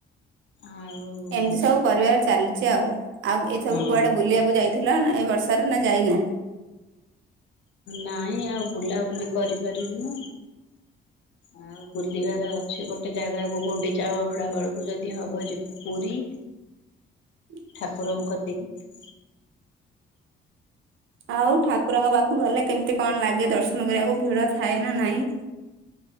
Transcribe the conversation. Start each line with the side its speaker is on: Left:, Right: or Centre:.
Left: ଆଉ
Right: ଏମତି ସବୁ ପରିବାର ଚାଲିଚି ଆଉ। ଆଉ ଏ ସବୁ
Left: ହଁ
Right: କୁଆଡେ ବୁଲିବାକୁ ଯାଇ ଥିଲା ନା ଏ ବର୍ଷା ରେ ନା ଯାଇନା?
Left: ନାଇଁ ଆଉ ବୁଲାବୁଲି କରିପାରିନୁ। ଆଉ ବୁଲିବାର ଅଛି ଗୋଟେ ଜାଗାକୁ ଗୁଣ୍ଡିଚା ବାହୁଡା ବେଳକୁ ଯଦି ହବ ଯିବୁ। ପୁରୀ।
Right: <inaudible>
Left: ଠାକୁରଙ୍କ କତିକି।
Right: ଆଉ ଠାକୁରଙ୍କ ପାଖକୁ ଗଲେ କେମିତି କଣ ଲାଗେ ଦର୍ଶନ କରିବାକୁ ଭିଡ ଥାଏ ନା ନାଇଁ?